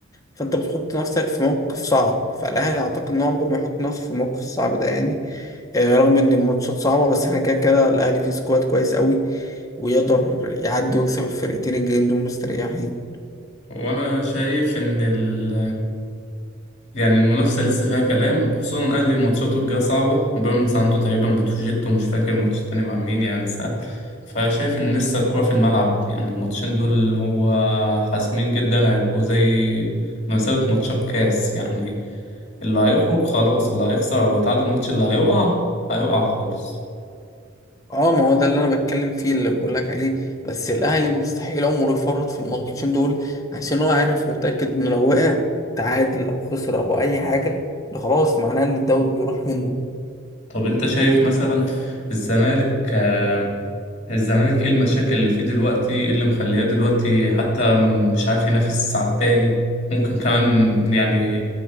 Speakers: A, on the left; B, on the left.
A: فانت بتحط نفسك في موقف صعب فالاهلي اعتقد ان هو عمره ما يحط نفسه في الموقف الصعب ده يعني آه، رغم ان الماتشات صعبه بس احنا كده كده الاهلي فيه سكواد كويس قوي ويقدر يعدي ويكسب الفرقتين الجايين دول مستريحين
B: وانا شايف ان ال يعني المنافسة لسه فيها كلام خصوصا الأهلي ماتشاته الجاية صعبة بيراميدز عنده تقريبا بتروجيت ومش فاكر الماتش التاني مع مين يعني سهل فشايف إن لسه الكورة في الملعب يعني الماتشين دول اللي هو حاسمين جدا هيبقوا زي بمثابة ماتشات كاس يعني اللي هيخرج خلاص اللي هيخسر أو يتعادل الماتش اللي هيقع هيقع خالص
A: اه ما هو ده اللي انا بتكلم فيه اللي بقول لك عليه بس الاهلي مستحيل عمره يفرط في الماتشين دول عشان هو عارف ومتاكد انه لو وقع تعادل او خسر او اي حاجه ده خلاص معناه ان الدوري بيروح منه
B: طب أنت شايف مثلا الزمالك آه، الزمالك ايه المشاكل اللي فيه دلوقتي ايه اللي مخلياه دلوقتي حتى مش عارف ينافس على التاني ممكن كمان يعني